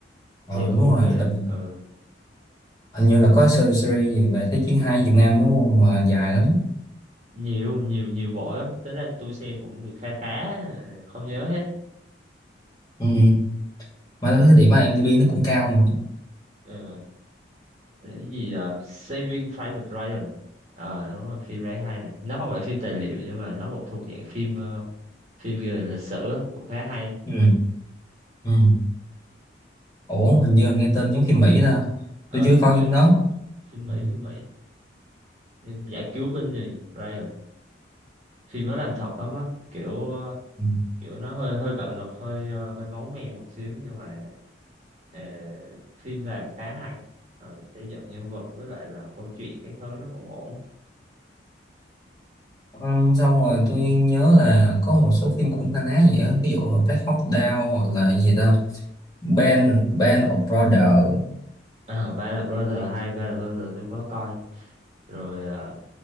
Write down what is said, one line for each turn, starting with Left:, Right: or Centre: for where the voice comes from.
Right: xem
Left: ừ đúng
Right: cuốn
Left: rồi
Right: ghê
Left: hình
Right: ừ
Left: hình như là có series series gì về Thế chiến hai Việt Nam đúng không mà dài lắm
Right: nhiều nhiều nhiều bộ lắm tính ra tôi xem cũng được khá khá ờ, không nhớ hết
Left: ừ. mà tôi thấy điểm IMDb nó cũng cao nữa
Right: ừ. cái gì ờ, Saving Private Ryan ờ đúng rồi phim đấy hay này nó không phải phim tài liệu nhưng mà nó cũng thuộc dạng phim ờ, phim về lịch sử á, cũng khá hay
Left: ừ. Ừ. ủa hình như là nghe tên giống phim Mỹ ta
Right: ờ
Left: tôi chưa
Right: phim
Left: coi
Right: Mỹ
Left: phim đó
Right: phim Mỹ
Left: ừ.
Right: phim Mỹ phim giải cứu binh gì Ryan phim nó làm thật lắm á kiểu ờ,
Left: Ừ.
Right: kiểu nó hơi hơi bạo lực hơi ờ, hơi máu me một xíu nhưng mà ờ, phim làm khá hay ừ, xây dựng nhân vật với lại là câu chuyện cái thứ nó cũng ổn
Left: Ừ, xong rồi tôi nhớ là có một số phim cũng na ná vậy á ví dụ là Black Hawk Down hoặc là gì ta Band Band of Brothers
Right: Ờ, Band of Brothers hay Band of Brothers tôi có coi rồi ờ,